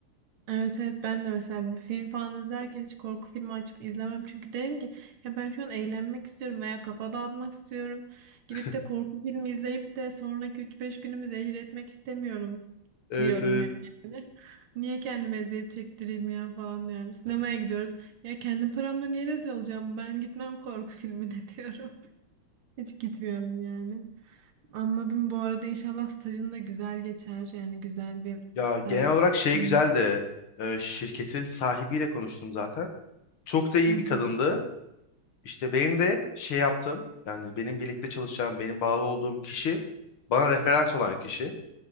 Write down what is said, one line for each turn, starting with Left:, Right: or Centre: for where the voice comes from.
Right: Evet evet ben de mesela bir film falan izlerken hiç korku filmi açıp izlemem. Çünkü derim ki ya ben şu an eğlenmek istiyorum veya kafa dağıtmak istiyorum. Gidip
Left: <laughs>
Right: de korku filmi izleyip de sonraki üç beş günümü zehir etmek istemiyorum
Left: Evet
Right: diyorum
Left: evet.
Right: hep yani. <laughs> Niye kendime eziyet çektireyim ya falan diyorum. Sinemaya gidiyoruz. Ya kendim paramla niye rezil olacağım? Ben gitmem korku filmine <laughs> diyorum. Hiç gitmiyorum yani. Anladım. Bu arada inşallah stajın da güzel geçer. Yani güzel bir
Left: Ya
Right: staj.
Left: genel olarak şey
Right: Hı
Left: güzeldi. Ee, şirketin sahibiyle konuştum zaten. Çok da iyi
Right: hı.
Left: bir kadındı. İşte benim de şey yaptığım yani benim birlikte çalışacağım, benim bağlı olduğum kişi bana referans olan kişi.